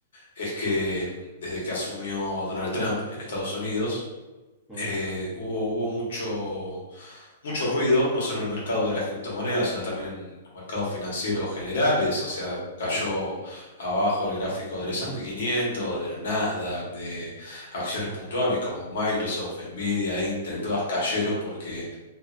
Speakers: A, on the left; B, in the centre.
A: es que desde que asumió Donald Trump en Estados Unidos,
B: Mm,
A: eh, hubo, hubo mucho, mucho ruido, no solo en el mercado de las criptomonedas, sino también en los mercados financieros generales. O sea, cayó
B: sí.
A: abajo el gráfico del
B: <clears throat>
A: S&P quinientos, del Nasdaq, de acciones puntuales como Microsoft, Nvidia, Intel, todas cayeron porque